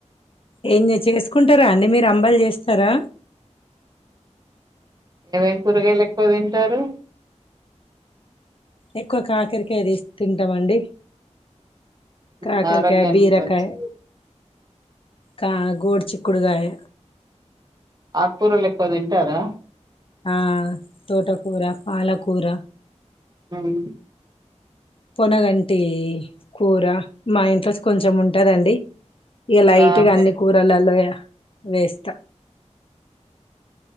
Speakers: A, on the left; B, on the right.
A: ఏంది చేసుకుంటారా అండి మీరు అంబలి చేస్ స్తారా
B: ఏం కూరగాయలు ఎక్కువ తింటారు
A: ఎక్కువ కాకరకాయ తీసి తింటామండి
B: ఉమ్,
A: కాకరకాయి
B: ఆరోగ్యానికి
A: బీరకాయి
B: మంచిది
A: కా గోడు చిక్కుడుగాయ
B: అక్కురలు ఎక్కువ తింటారా
A: ఆ తోటకూర పాలకూర
B: ఉహ్
A: పొనగంటి కూర మా ఇంట్లో కొంచెం ఉంటదండి ఇగ లైట్
B: ఆ
A: గా
B: మే-
A: అన్ని కూరలల్లో యా వేస్త